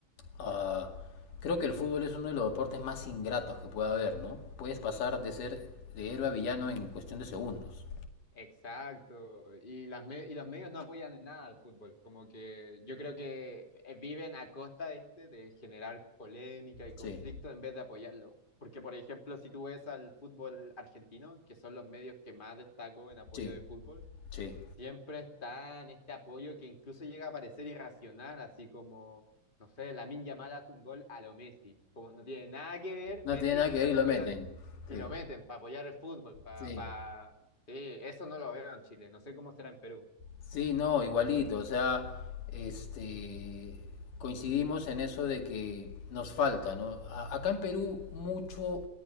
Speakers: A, on the left; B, on the left.
A: ah, creo que el fútbol es uno de los deportes más ingratos que pueda haber, ¿no? Puedes
B: Ujú.
A: pasar de ser de héroe a villano en cuestión de segundos.
B: Exacto, y, las me- y los medios no apoyan en nada al fútbol, como que yo creo que eh, viven a costa de este de generar polémica y
A: Sí,
B: conflicto en vez de apoyarlo. Porque, por ejemplo, si tú ves al fútbol argentino, que son los medios que más destaco en apoyo
A: sí,
B: de fútbol,
A: sí.
B: Siempre está en este apoyo que incluso llega a parecer irracional, así como, no sé, Lamine Yamal hace un gol a lo Messi, como no tiene nada que ver
A: No
B: Messi
A: tiene nada
B: en esta
A: que ver y
B: conversación,
A: lo meten.
B: y
A: Sí,
B: lo meten para apoyar el fútbol, para...
A: sí.
B: Pa... pa- Sí, eso no lo veo en Chile, no sé cómo será en Perú.
A: Sí, no, igualito, o sea, este, coincidimos en eso de que nos falta, ¿no? A- acá en Perú mucho